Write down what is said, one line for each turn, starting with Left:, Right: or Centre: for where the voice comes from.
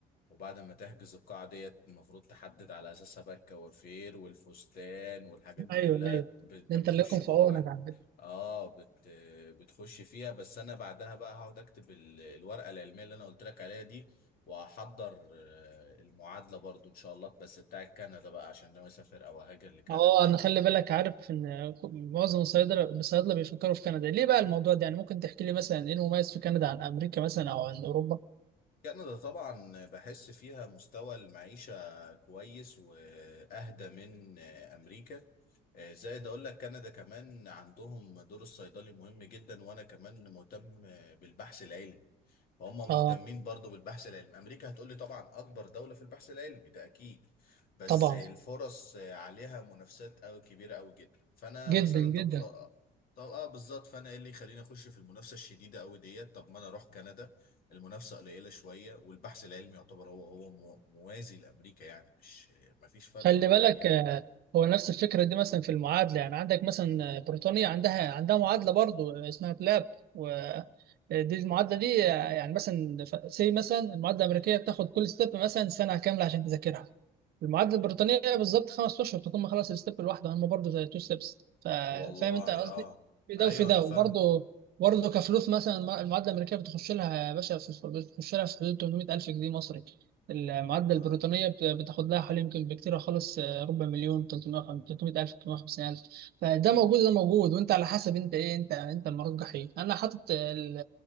Left: وبعد ما تحجز القاعه ديت المفروض تحدد على اساسها بقى الكوافير والفستان والحاجات دي
Right: ايوه
Left: كلها
Right: ايوه
Left: ب- انت
Right: ده
Left: بتخش
Right: انت اللي يكون
Left: جواها
Right: في عونك على فكرة
Left: اه بت بتخش فيها بس انا بعدها بقى هقعد اكتب ال- الورقه العلميه اللي انا قلت لك عليها دي وهحضر آه، المعادلة برضو إن شاء الله بس بتاع كندا بقى عشان ناوي أسافر أو أهاجر لكندا
Right: اه انا خلي بالك عارف ان ك- معظم الصيادله الصيادله بيفكروا في كندا ليه بقى الموضوع ده يعني ممكن تحكي لي مثلا ايه المميز في كندا عن امريكا مثلا او عن اوروبا
Left: كندا طبعا بحس فيها مستوى المعيشة كويس وأهدى من أمريكا آه، زائد أقول لك كندا كمان عندهم دور الصيدلي مهم جدا وأنا كمان مهتم بالبحث العلمي فهم مهتمين
Right: اه
Left: برضو بالبحث العلمي أمريكا هتقولي طبعا أكبر دولة في البحث العلمي ده أكيد بس
Right: طبعا
Left: الفرص عليها منافسات أوي كبيرة أوي جدا فأنا
Right: جدا
Left: مثلا
Right: جدا
Left: طب خ... طب اه بالظبط فانا ايه اللي يخليني اخش في المنافسه الشديده قوي ديت طب ما انا اروح كندا المنافسة قليلة شوية والبحث العلمي يعتبر هو هو مو- موازي لأمريكا يعني مش مفيش فرق
Right: خلي
Left: رهيب
Right: بالك
Left: يعني
Right: آه، هو نفس الفكرة دي مثلا في المعادلة يعني عندك مثلا آه، بريطانيا عندها عندها معادلة برضو آه، اسمها بلاب ودي المعادلة دي آه، يعني مثلا سي مثلا المعادلة الأمريكية بتاخد كل ستيب مثلا سنة كاملة عشان تذاكرها المعادلة البريطانية بالظبط خمس أشهر تكون مخلص الستيب الواحدة هم برضو زي تو ستيبس فاهم
Left: والله
Right: أنت قصدي
Left: اه
Right: في ده
Left: ايوه
Right: وفي ده
Left: انا فاهمة
Right: وبرضه برضه كفلوس مثلا المعادلة الأمريكية بتخش لها يا باشا في- بتخش لها في حدود 800000 جنيه مصري المعادلة
Left: اه
Right: البريطانية بت- بتاخد لها حوالي يمكن بكتير خالص آه، ربع مليون 300 خم- 300 ألف 350 ألف فده موجود ده موجود وأنت على حسب أنت إيه أنت أنت المرجح إيه أنا حاطط ال-